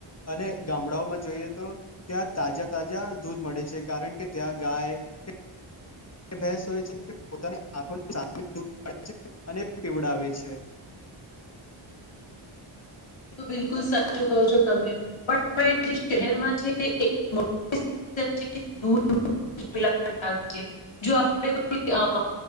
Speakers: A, on the left; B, on the left.
A: અને ગામડાઓમાં જોઈએ તો. ત્યાં તાજા તાજા દૂધ મળે છે કારણ કે ત્યાં ગાય કે. ભેસ હોય છે પોતાની આખોની સામે છે અને પીવડાવે છે. <inaudible>
B: એ તો બિલકુલ સાચું કહો છો તમે પણ શહેરમાં છે એક. <unintelligible> દૂધ <unintelligible> જો આપ.